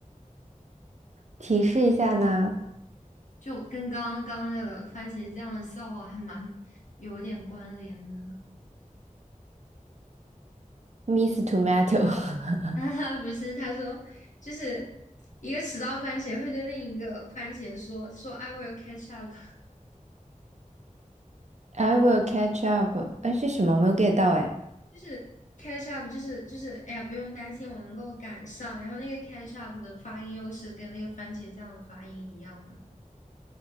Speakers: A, on the right (about 55°); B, on the left (about 65°).
A: 提示一下呢
B: 就跟刚刚那个番茄酱的笑话还蛮有一点关联的。
A: ，Miss Tomato，I
B: <laughs> 哈哈，不是他说，就是一个迟到番茄会对另一个番茄说说 "I will catch up"，<laughs>
A: <laughs> will catch up，哎，是什么？我没有 get 到，哎
B: 就是 catch up，就是就是哎呀不用担心，我能够赶上。然后那个 catch up 的发音又是跟那个番茄酱的发音一样的，